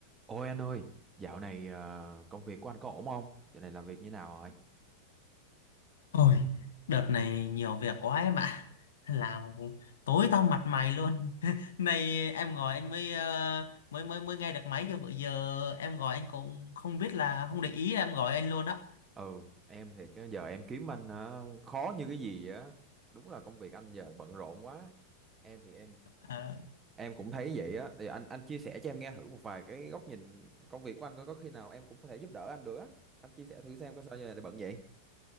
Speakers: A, on the right; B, on the left.
A: Ôi anh ơi, dạo này ờ, công việc của anh có ổn không? Dạo này làm việc như nào rồi?
B: Ôi, đợt này nhiều việc quá em ạ. Làm tối tăm mặt mày luôn. <laughs> Nay em gọi anh mới ờ, mới mới mới nghe được máy chứ bữa giờ em gọi anh cũng không biết là không để ý em gọi anh luôn đó
A: Ừ, em thiệt á, giờ em kiếm anh ờ, khó như cái gì á. Đúng là công việc anh giờ bận rộn quá. Em thì em
B: Ờ,
A: em cũng thấy vậy á. Thì anh anh chia sẻ cho em nghe thử một vài cái góc nhìn công việc của anh coi có khi nào em cũng có thể giúp đỡ anh được á. Anh chia sẻ thử xem có sao giờ này lại bận vậy.